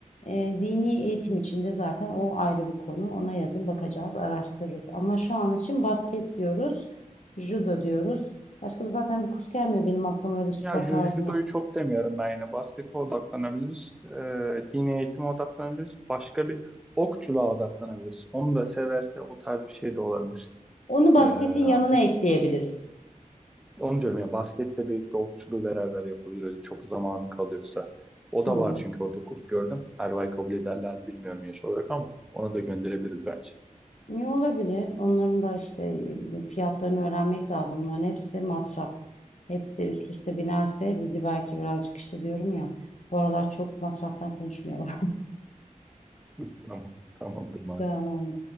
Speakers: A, on the left; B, in the centre.
A: Ee, dini eğitim içinde zaten o ayrı bir konu ona yazın bakacağız araştırırız. Ama şu an için basket diyoruz judo diyoruz. Başka da zaten bir kurs gelmiyor benim aklıma öyle spor
B: Ya ju-
A: tarzında.
B: judoyu çok demiyorum ben yine. Baskete odaklanabiliriz. Ee, dini eğitime odaklanabiliriz. Başka bir okçuluğa odaklanabiliriz. Onu da severse o tarz bir şey de olabilir.
A: Onu basketin
B: Ee,
A: yanına
B: o-
A: ekleyebiliriz.
B: onu diyorum ya basketle birlikte okçuluğu beraber yapabilir öyle çok zamanı kalıyorsa. O
A: Tamam.
B: da var çünkü orada kurs gördüm. Erbay kabul ederler mi bilmiyorum yaş olarak ama ona da gönderebiliriz bence.
A: Niye olabilir? Onların da işte e, fiyatlarını öğrenmek lazım. Bunların hepsi masraf. Hepsi üst üste binerse bizi belki birazcık işte diyorum ya. Bu aralar çok masraftan konuşmayalım.
B: <laughs> Tamam, tamamdır
A: <laughs>
B: madem.
A: Tamam.